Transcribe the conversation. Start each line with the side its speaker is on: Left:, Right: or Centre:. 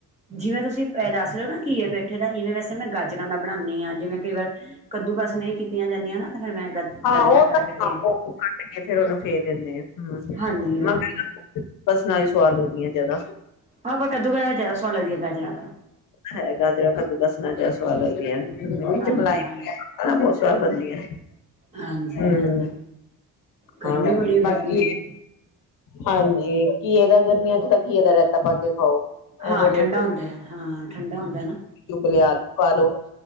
Right: ਜਿਵੇਂ ਤੁਸੀਂ, ਦੱਸ ਰਹੇ ਨਾ ਘਈਏ, ਪੈਠੇ, ਦਾ ਇਵੇਂ ਵੈਸੇ, ਮੈਂ ਗਾਜਰਾਂ ਦਾ, ਬਣਾਉਂਦੀ ਹਾਂ ਜਿਵੇਂ ਕਈ ਵਾਰ ਕੱਦੂ ਕਸ, ਨਹੀਂ ਕੀਤੀਆਂ ਜਾਂਦੀਆਂ ਨਾ ਤੇ ਫੇਰ ਮੈਂ,
Left: ਹਾਂ
Right: ਗਾਜਰਾਂ
Left: ਉਹ
Right: ਕੱਟ
Left: ਤਾਂ
Right: ਕੇ
Left: ਹਾਂ ਉਹ ਕੱਟ ਕੇ, ਫੇਰ ਉਹਨੂੰ ਫੇ ਦਿੰਦੇ ਆ ਹਮ
Right: ਹਾਂਜੀ ਹਾਂਜੀ
Left: ਮਗਰ ਸਸ ਨਾਲ ਵੀ ਸਵਾਦ ਲਗਦੀਆਂ ਜਿਆਦਾ।
Right: ਹਾਂ ਪਰ ਕੱਦੂ ਕਰਕੇ ਜ਼ਿਆਦਾ ਸਵਾਦ ਲਗਦੀਆਂ ਗਾਜਰਾਂ ਤਾਂ,
Left: ਹੈ ਗਾ ਤੇ ਹੈ ਕੱਦੂ -ਕਸ ਨਾਲ ਜਿਆਦਾ ਸਵਾਦ ਲੱਗਦੀ ਆਂ
Right: ਹਾਂਜੀ
Left: ਚ ਮਲਾਈ
Right: ਹਾਂਜੀ
Left: ਮ ਹ ਬੌਹਤ ਸਵਾਦ ਬਣਦੀਆਂ।
Right: ਹਾਂਜੀ
Left: ਹੂੰ
Right: -ਹਾਂਜੀ ਗਰਮੀ
Left: ਹਾਂ
Right: ਬੜੀ ਹੋਏਗੀ
Left: ਬਾਕੀ
Right: ਇਹਦੇੇ
Left: ਹਾਂਜੀ, ਕੀ ਇਹਦਾ ਗਰਮੀ ਅੱਜ ਤੱਕ। ਘੀਏ, ਦਾ ਰਾਇਤਾ ਪਾ ਕੇ ਖਾਓ, ਉਹ
Right: ਹਾਂ
Left: ਬਹੁਤ ਵਧੀਆ
Right: ਠੰਡਾ ਹੁੰਦਾ ਹੈ, ਹਾਂ ਠੰਡਾ ਹੁੰਦਾ ਨਾ
Left: ਓਬਲੇ ਆਲੂ ਪਾ ਲੋ,